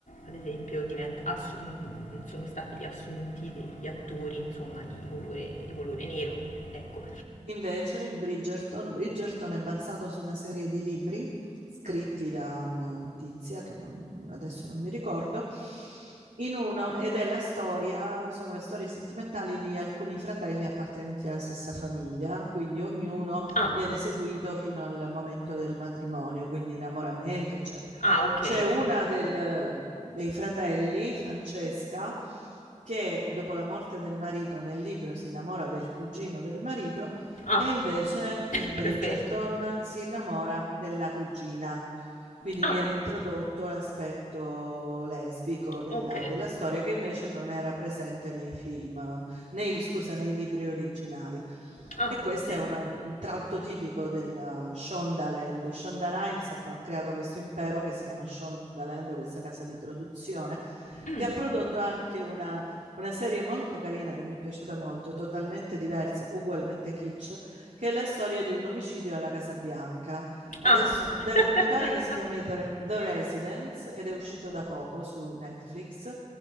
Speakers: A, on the left; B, on the right.
A: ad esempio, divent- assu- mh, sono stati assunti degli attori, insomma, di colore, di colore nero. Ecco.
B: Invece, in Bridgerton, Bridgerton è basato su una serie di libri scritti da una tizia che non- adesso non mi ricordo, in uno, ed è la storia, sono le storie sentimentali di alcuni fratelli appartenenti alla stessa famiglia, quindi ognuno
A: Ah,
B: viene seguito fino al momento del matrimonio, quindi innamoramento, eccetera.
A: ah, ok.
B: C'è una del- dei fratelli, Francesca, che dopo la morte del marito nel libro si innamora del cugino del marito
A: Ah,
B: e invece in
A: <laughs>
B: Bridgerton
A: perfetto.
B: si innamora della cugina. Quindi
A: Ah,
B: viene introdotto l'aspetto lesbico della,
A: okay.
B: della storia che invece non era presente nei film, nei, scusa, nei libri originali.
A: Ah,
B: E questo
A: ma senti.
B: è una- un tratto tipico della Shondaland. Shonda Rhimes ha, fa- ha creato questo impero che si chiama Shondaland, questa casa di produzione,
A: Mh.
B: che ha prodotto anche una, una serie molto carina che mi è piaciuta molto, totalmente diversa, ugualmente kitsch, che è la storia di un omicidio alla Casa Bianca. Adesso
A: Ah.
B: The-
A: <laughs>
B: mi pare che si chiami The, The Residence ed è uscito
A: Okay.
B: da poco su Netflix.